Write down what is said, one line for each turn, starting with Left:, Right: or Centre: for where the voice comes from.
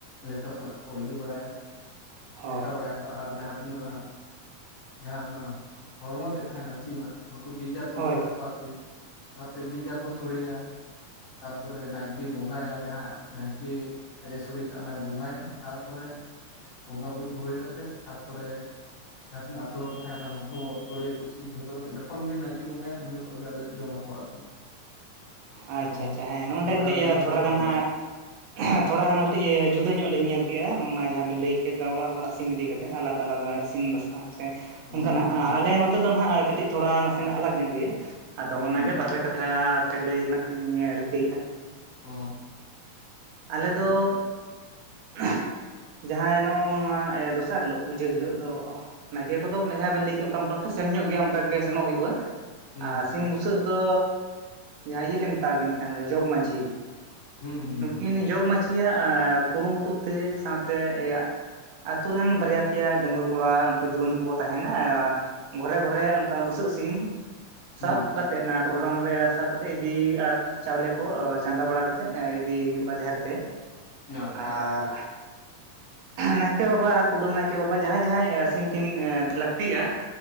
Left: ᱞᱮᱴᱚ ᱥᱟᱞᱟᱜ ᱠᱚ ᱤᱭᱟᱹ ᱵᱟᱲᱟᱭᱟ
Right: ᱦᱳᱭ
Left: ᱞᱮᱴᱚ ᱵᱟᱲᱟᱭᱟᱢ᱾ ᱟᱨ ᱡᱟᱦᱟᱸ ᱛᱤᱱᱟᱹᱜ ᱚᱱᱟ ᱡᱟᱦᱟᱸ ᱚᱱᱟ ᱦᱚᱲᱢᱚ ᱛᱮᱫ ᱛᱟᱦᱮᱱᱟ ᱥᱤᱢᱟᱜ, ᱩᱱᱠᱩ ᱡᱮ ᱡᱟᱨ ᱠᱚ
Right: ᱦᱳᱭ
Left: ᱤᱫᱤ ᱛᱟᱠᱚᱣᱟ ᱟᱨᱠᱤ, ᱚᱱᱠᱟ ᱠᱟᱛᱮ ᱡᱮ ᱡᱟᱨ ᱠᱚ ᱥᱚᱲᱮᱭᱟ ᱛᱟᱨᱯᱚᱨᱮ ᱱᱟᱭ ᱠᱤ ᱵᱚᱸᱜᱟᱭᱟ ᱡᱟᱦᱟᱸ ᱱᱟᱭᱠᱮ ᱟᱡ ᱮ ᱥᱳᱲᱮ ᱠᱟᱜ ᱚᱱᱟᱭ ᱵᱚᱸᱜᱟᱭᱟ, ᱛᱟᱨᱯᱚᱨᱮ ᱵᱚᱸᱜᱟ ᱵᱩᱨᱩ ᱠᱚ ᱦᱩᱭ ᱠᱟᱛᱮᱫ ᱛᱟᱨᱯᱚᱨᱮ ᱡᱟᱦᱟᱸ ᱛᱤᱱᱟᱹᱜ ᱟᱛᱩ ᱦᱚᱲ ᱠᱚ ᱛᱟᱦᱮᱱᱟ ᱩᱱᱠᱩ ᱦᱚᱸ ᱥᱳᱲᱮ ᱤᱥᱤᱱ ᱦᱳᱭ ᱦᱚᱴᱚ ᱠᱟᱛᱮ ᱡᱚᱠᱷᱚᱱ ᱜᱮ ᱱᱟᱭᱠᱮ ᱵᱚᱸᱜᱟᱭᱟ ᱤᱱᱟᱹ ᱯᱚᱨᱮ ᱜᱮ ᱟᱫᱚ ᱡᱚᱢᱟ ᱠᱚ ᱟᱨᱠᱤ
Right: ᱟᱪᱪᱷᱟ
Left: ᱟᱠᱚ ᱦᱚᱸ
Right: ᱟᱪᱪᱷᱟ ᱦᱮᱸ ᱱᱚᱜ ᱱᱚᱰᱮ
Left: ᱵᱟᱠᱷᱟᱱ
Right: ᱠᱟᱹᱴᱤᱡ
Left: ᱡᱚᱢ ᱦᱚᱸ
Right: ᱛᱷᱚᱲᱟ
Left: ᱵᱟᱠᱚ
Right: ᱜᱟᱱ
Left: ᱫᱟᱲᱮᱭᱟᱜᱼᱟ
Right: ᱦᱟᱸᱜ ᱛᱷᱚᱲᱟ ᱜᱟᱱ ᱠᱟᱹᱴᱤᱡ ᱡᱩᱫᱟᱹ ᱧᱚᱜ ᱞᱤᱧ ᱧᱮᱞ ᱠᱮᱜ-ᱟ ᱱᱚᱜ ᱱᱟ ᱡᱟᱦᱟᱸ ᱵᱮᱱ ᱞᱟᱹᱭ ᱠᱮᱫ ᱫᱚ ᱚᱲᱟᱜ ᱚᱲᱟᱜ ᱥᱤᱢ ᱤᱫᱤ ᱠᱟ ᱛᱮᱫ ᱟᱞᱟᱫᱟ ᱟᱞᱟᱫᱟ ᱤᱥᱤᱱ ᱵᱟᱥᱟᱝ ᱦᱮᱸ
Left: ᱦᱩᱸ
Right: ᱚᱱᱠᱟᱱᱟᱜ
Left: ᱦᱩᱸ
Right: ᱟᱞᱮ ᱱᱚᱛᱮ ᱫᱚ ᱱᱟᱦᱟᱜ ᱠᱟᱹᱴᱤᱡ ᱛᱷᱚᱲᱟ ᱱᱟᱥᱮᱱᱟᱜ ᱟᱞᱟᱜᱽ ᱧᱚᱜ ᱜᱮᱭᱟ, ᱟᱫᱚ ᱚᱱᱟᱜᱮ
Left: ᱦᱩᱸ
Right: ᱵᱟᱨ ᱯᱮ ᱠᱟ ᱛᱷᱟ ᱛᱮ ᱞᱟᱹᱭ ᱨᱮᱱᱟᱜ ᱠᱟᱹᱴᱤᱡ ᱞᱤᱧ ᱨᱤᱠᱟᱹᱭᱮᱜᱼᱟ᱾
Left: ᱦᱩᱸ
Right: ᱟᱞᱮ ᱫᱚ
Left: ᱢᱟ ᱠᱟᱹᱡ
Right: <unintelligible> ᱡᱟᱦᱟᱸᱭ ᱱᱚᱜᱼᱚ ᱱᱚᱣᱟ ᱫᱚᱥᱟᱨ ᱦᱤᱞᱳᱜ ᱯᱩᱡᱟᱹ ᱦᱤᱞᱳᱜ ᱫᱚ, ᱱᱟᱭᱠᱮ ᱠᱚᱫᱚ ᱡᱟᱦᱟᱸᱭ ᱵᱮᱱ ᱞᱟᱹᱭ ᱠᱮᱜ ᱚᱱᱠᱟ ᱢᱚᱴᱟᱢᱩᱴᱤ ᱥᱮᱢ ᱧᱚᱜ ᱜᱮᱭᱟ, ᱚᱱᱠᱟ ᱜᱮ ᱥᱮᱱᱚᱜ ᱦᱩᱭᱩᱜᱼᱟ᱾
Left: ᱦᱩᱸ
Right: ᱟᱨ
Left: ᱦᱩᱸ
Right: ᱥᱤᱢ ᱵᱩᱥᱟᱹᱜ ᱫᱚ ᱡᱟᱦᱟᱸᱭ ᱤᱭᱟᱹ ᱞᱮ ᱢᱮᱛᱟᱣ ᱠᱤᱱ ᱠᱟᱱ ᱫᱚ ᱡᱚᱜᱽ ᱢᱟᱡᱷᱤ
Left: ᱦᱩᱸ ᱦᱩᱸ
Right: ᱱᱩᱠᱤᱱ
Left: ᱦᱩᱸ
Right: ᱡᱚᱜᱽ ᱢᱟᱹᱪᱷᱤᱭᱟᱜ ᱠᱩᱨᱩᱢᱩᱴᱩ ᱛᱮ ᱥᱟᱶᱛᱮ ᱮᱭᱟᱜ ᱟᱛᱳ ᱨᱮᱱ ᱵᱟᱨᱭᱟ ᱯᱮᱭᱟ ᱰᱟᱝᱣᱟᱹ ᱠᱚᱲᱟ ᱩᱱᱠᱩ ᱡᱩᱣᱟᱹᱱ ᱠᱚᱠᱚ ᱛᱟᱦᱮᱱᱟ ᱟᱨ ᱜᱷᱚᱨᱮ ᱜᱷᱚᱨᱮ ᱚᱱᱠᱟ ᱵᱩᱥᱟᱹᱜ ᱥᱤᱢ᱾
Left: ᱦᱩᱸ
Right: ᱥᱟᱵ ᱠᱟᱛᱮᱫ ᱚᱱᱟ ᱴᱚᱨᱚᱰᱚᱝ ᱨᱮ ᱥᱟᱵ ᱠᱟᱛᱮᱫ ᱤᱫᱤ ᱟᱨ ᱪᱟᱣᱞᱮ ᱠᱚ ᱪᱟᱸᱫᱟ ᱵᱟᱲᱟ ᱠᱟᱛᱮ ᱤ ᱤᱫᱤ ᱦᱩᱭᱩᱜᱼᱟ ᱡᱟᱦᱮᱨ ᱛᱮ
Left: ᱟᱪᱪᱷᱟ
Right: ᱟᱨ
Left: ᱟᱪᱪᱷᱟ
Right: ᱱᱟᱭᱠᱮ ᱵᱟᱵᱟ ᱟᱨ ᱠᱩᱰᱟᱹᱢ ᱱᱟᱭᱠᱮ ᱵᱟᱵᱟ ᱡᱟᱦᱟᱸᱭ ᱡᱟᱦᱟᱸᱭ ᱥᱤᱢ ᱠᱤᱱ ᱞᱟᱹᱠᱛᱤᱜᱼᱟ᱾